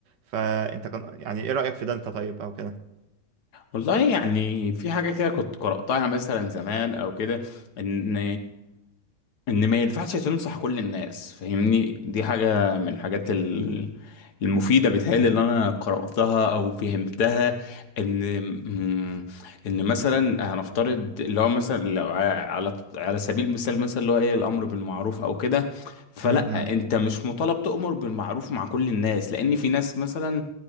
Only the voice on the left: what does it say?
والله يعني في حاجة كده كنت قرأتها مثلا زمان أو كده إن ان ما ينفعش تنصح كل الناس فاهمني دي حاجة من الحاجات ال- المفيدة بتهيألي اللي انا قرأتها او فهمتها ان مم، ان مثلا هنفترض اللي هو مثلا لو ع- على على سبيل المثال مثلا اللي هو ايه الامر بالمعروف او كده فلا
انت مش مطالب تؤمر بالمعروف مع كل الناس لان في ناس مثلا